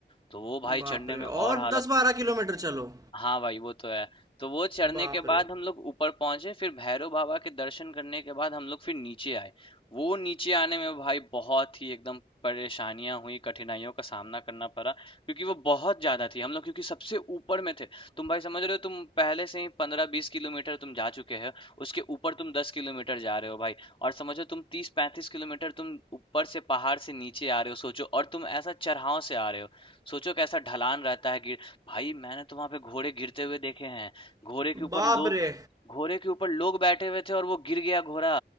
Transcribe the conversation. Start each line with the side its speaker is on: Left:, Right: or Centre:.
Left: तो वो भाई
Right: बाप
Left: चढ़ने
Right: रे
Left: में और
Right: और
Left: हालत
Right: दस बारह किलोमीटर चलो
Left: हाँ भाई वो तो है तो वो चढ़ने
Right: बाप
Left: के बाद
Right: रे
Left: हम लोग ऊपर पहुंचे फिर भैरव बाबा के दर्शन करने के बाद हम लोग फिर नीचे आए वो नीचे आने में भाई बहुत ही एकदम परेशानियां हुई कठिनाइयों का सामना करना पड़ा क्योंकि वो बहुत ज्यादा थी हम लोग क्योंकि सबसे ऊपर में थे तुम भाई समझ रहे हो तुम पहले से ही पंद्रह बीस किलोमीटर तुम जा चुके हो उसके ऊपर तुम दस किलोमीटर जा रहे हो भाई और समझो तुम तीस पैंतीस किलोमीटर तुम ऊपर से पहाड़ से नीचे आ रहे हो सोचो और तुम ऐसा चढ़ाव से आ रहे हो सोचो कैसा ढलान रहता है गिर भाई मैंने तो वहां पे घोड़े गिरते हुए देखे हैं घोड़े के ऊपर
Right: बाप
Left: लोग
Right: रे
Left: घोड़े के ऊपर लोग बैठे हुए थे और वो गिर गया घोड़ा